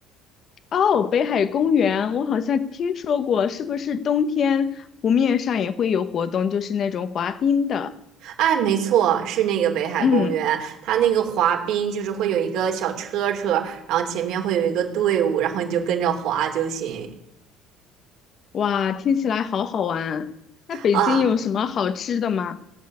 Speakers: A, on the left; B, on the right.
A: 哦，北海公园，我好像听说过，是不是冬天湖面上也会有活动，就是那种滑冰的？
B: 哎，没错，是那个北海公园，
A: 嗯，
B: 它那个滑冰就是会有一个小车车，然后前面会有一个队伍，然后你就跟着滑就行。
A: 哇，听起来好好玩。那北京有什么好吃的吗？
B: 啊，